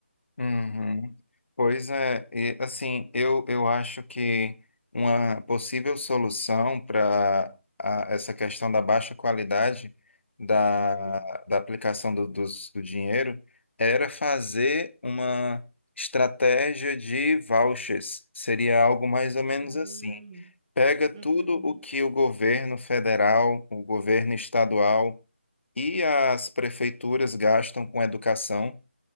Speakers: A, on the left; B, on the right.
A: Uhum. Pois é, e, assim, eu, eu acho que uma possível solução para essa questão da baixa qualidade da,
B: Uhum.
A: da aplicação do, dos- do dinheiro era fazer uma estratégia de vouchers. Seria algo mais ou menos
B: Hum.
A: assim. Pega tudo
B: Uhum.
A: o que o governo federal, o governo estadual e as prefeituras gastam com educação